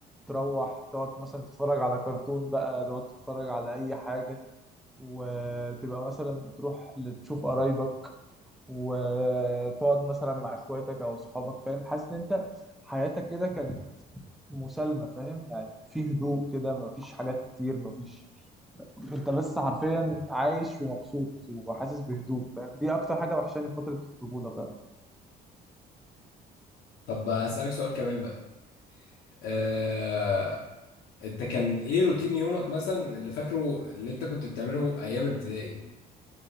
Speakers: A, in the centre; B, on the left.
A: تروح تقعد مثلا تتفرج على كرتون بقى تقعد تتفرج على اي حاجه وتبقى مثلا بتروح تشوف قرايبك وتقعد مثلا مع اخواتك او اصحابك فاهم حاسس ان انت حياتك كده كانت مسالمه فاهم يعني في هدوء كده مفيش حاجات كتير مفيش انت بس حرفيا عايش ومبسوط وحاسس بهدوء فاهم دي اكتر حاجه وحشاني في فتره الطفوله فاهم
B: طب اسألك سؤال كمان بقى آه، انت كان ايه روتين يومك مثلا اللي فاكره اللي انت كنت بتعمله ايام ابتدائي